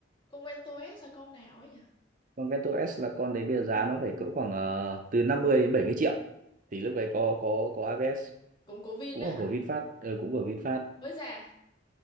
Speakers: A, on the left; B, on the right.
A: Con Vento S là con nào ấy nhỉ?
B: con Vento S là con đấy bây giờ giá nó phải cỡ khoảng ờ, từ 50 đến 70 triệu thì lúc đấy có có có ABS
A: Cũng của Vin
B: cũng
A: á
B: là
A: hả?
B: của VinFast ờ, cũng của VinFast
A: Mới ra.